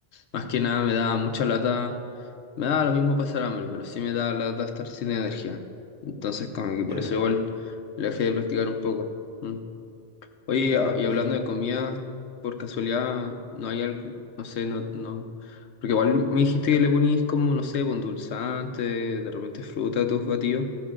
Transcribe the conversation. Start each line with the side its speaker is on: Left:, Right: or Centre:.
Left: más que nada me daba mucha lata, me daba lo mismo pasar hambre, pero sí me daba lata estar sin energía. Entonces como que
Right: Ya,
Left: por eso igual le dejé de practicar un poco. Mm. Oye,
Right: te entiendo.
Left: a- y
Right: Y
Left: hablando de comida, por casualidad, no hay algo, no sé, no, no, porque igual me dijiste que le ponís como, no sé, dulzante, de repente fruta a tus batidos.